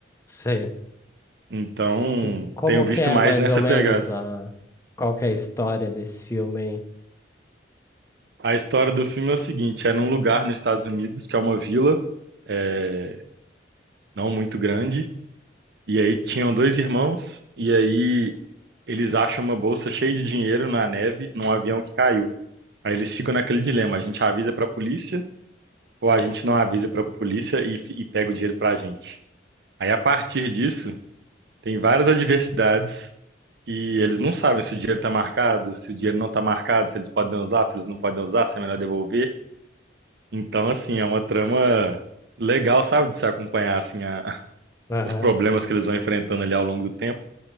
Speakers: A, on the left; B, on the right.
A: Sei.
B: Então,
A: E como
B: tenho visto
A: que é
B: mais
A: mais
B: nessa
A: ou menos
B: pegada.
A: a qual que é a história desse filme aí?
B: A história do filme é o seguinte: é num lugar nos Estados Unidos, que é uma vila, é, não muito grande, e aí tinham dois irmãos, e aí eles acham uma bolsa cheia de dinheiro na neve, num avião que caiu. Aí eles ficam naquele dilema: a gente avisa pra polícia ou a gente não avisa pra polícia e, e pega o dinheiro pra gente? Aí, a partir disso, tem várias adversidades e eles não sabem se o dinheiro está marcado, se o dinheiro não está marcado, se eles podem usar, se eles não podem usar, se é melhor devolver. Então, assim, é uma trama legal, sabe, de se acompanhar assim a- <laughs>
A: Aham,
B: os problemas que eles vão enfrentando ali ao longo do tempo.